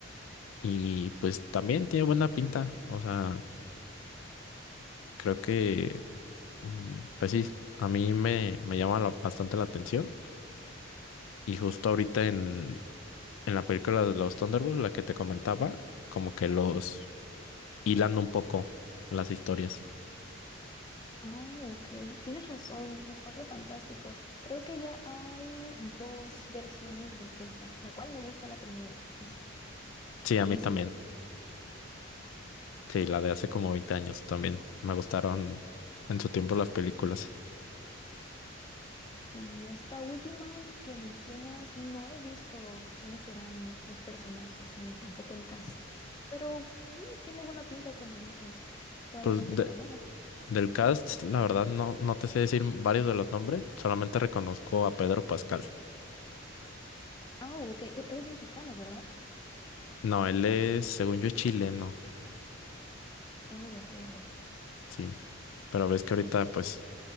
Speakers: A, on the left (about 75°); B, on the left (about 20°).
A: Y pues también tiene buena pinta, o sea, creo que, mm, pues sí, a mí me, me llama la- bastante la atención. Y justo ahorita en, en la película de los Thunderbolts, la que te comentaba, como que los hilan un poco las historias.
B: Ah, ok. Tienes razón, Los Cuatro Fantásticos. Creo que ya hay dos versiones de esa, la cual me gusta la primera. Es
A: Sí, a
B: buenísima.
A: mí también. Sí, la de hace como 20 años también. Me gustaron en su tiempo las películas.
B: Y esta última que mencionas, no he visto quiénes serán los personajes, ni tampoco el cast, pero mm, tiene buena pinta, como dices. Probablemente
A: Pues de-
B: sea buena.
A: del cast, la verdad, no, no te sé decir varios de los nombres, solamente reconozco a Pedro Pascal.
B: Ah, ok, e- eres mexicano, ¿verdad?
A: No, él es, según yo, es chileno,
B: Ah, de acuerdo.
A: sí. Pero ves que ahorita, pues,